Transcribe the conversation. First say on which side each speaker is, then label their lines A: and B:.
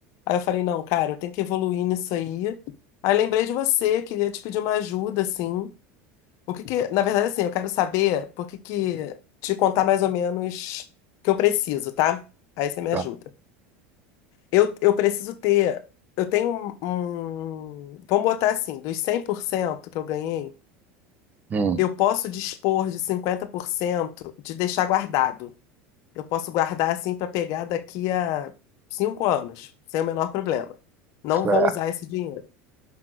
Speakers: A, on the left; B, on the right.
A: Aí eu falei, não, cara, eu tenho que evoluir nisso aí. Aí lembrei de você, queria te pedir uma ajuda, assim. O que que, na verdade, assim, eu quero saber por que que te contar mais ou menos o que eu preciso, tá? Aí você me
B: Tá?
A: ajuda. Eu, eu preciso ter. Eu tenho um, um. Vamos botar assim: dos 100% que eu ganhei,
B: Hum,
A: eu posso dispor de 50% de deixar guardado. Eu posso guardar assim para pegar daqui a cinco anos, sem o menor problema. Não
B: certo.
A: vou usar esse dinheiro.